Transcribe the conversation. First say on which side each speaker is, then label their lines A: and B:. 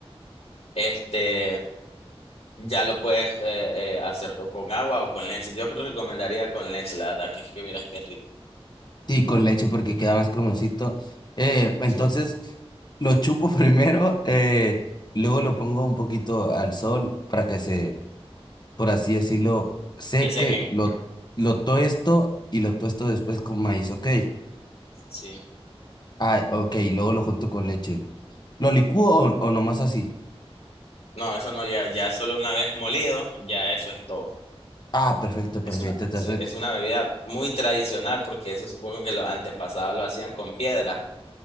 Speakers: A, on the left; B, on the left.
A: este ya lo puedes eh, eh, hacer co- con agua o con leche. Yo creo que recomendaría con leche, la verdad que es que vieras qué rico.
B: Sí, con leche porque queda más cremosito. Eh, entonces,
A: Sí.
B: lo chupo <laughs> primero. Eh, luego lo pongo un poquito al sol para que se por así decirlo, sé
A: Que sequen.
B: que lo, lo tosto y lo tosto después con maíz, ok.
A: Sí.
B: Ah, ok, luego lo junto con leche. ¿Lo licúo o, o nomás así?
A: No, eso no, ya, ya solo una vez molido, ya eso es todo.
B: Ah, perfecto,
A: Es
B: perfecto.
A: una,
B: Entonces,
A: sí, es una bebida muy tradicional porque eso supongo que los antepasados lo hacían con piedra,